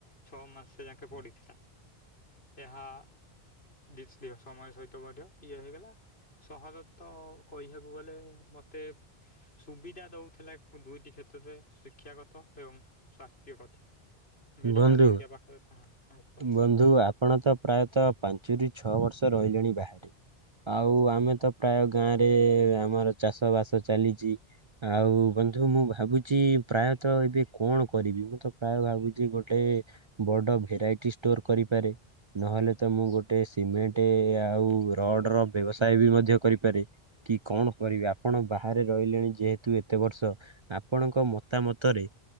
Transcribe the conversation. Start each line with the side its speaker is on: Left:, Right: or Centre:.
Left: ଛଅ ମାସ ତ ଯାଙ୍କେ ପଡ଼ିଥିଲା। ଏହା ଦିସ୍ ପିଅ ସମୟ ସହିତ ମଧ୍ୟ ଇଏ ହେଇଗଲା ସହରରେ ତ କହିବାକୁ ଗଲେ ମତେ ସୁବିଧା ଦୋଉଥିଲା ଦୁଇଟି କ୍ଷେତ୍ରରେ ଶିକ୍ଷାଗତ ଏବଂ ସ୍ଵାସ୍ଥ୍ୟଗତ ମେଡିକାଲ
Right: ବନ୍ଧୁ
Left: ହେରିକା ପାଖେରେ <unintelligible>
Right: ବନ୍ଧୁ ଆପଣ ତ ପ୍ରାୟତଃ ପାଞ୍ଚରୁ ଛଅ ବର୍ଷ ରହିଲେଣି ବାହାରେ ଆଉ ଆମେ ତ ପ୍ରାୟ ଗାଁରେ ଆମର ଚାଷ ବାସ ଚାଲିଚି। ଆଉ ବନ୍ଧୁ ମୁଁ ଭାବୁଚି ପ୍ରାୟତଃ ଏବେ କଣ କରିବି ମୁଁ ତ ପ୍ରାୟ ଭାବୁ ଚି ଗୋଟେ ବଡ ଭେରାଇଟି ଷ୍ଟୋର କରିପାରେ ନହେଲେ ତ ମୁଁ ଗୋଟେ ସିମେଣ୍ଟେ ଆଉ ରଡ ର ବ୍ୟବସାୟ ବି ମଧ୍ୟ କରିପାରେ କି କଣ କରିବା ଆପଣ ବାହାରେ ରହିଲେଣି ଯେହେତୁ ଏତେ ବର୍ଷ ଆପଣଙ୍କ ମତାମତରେ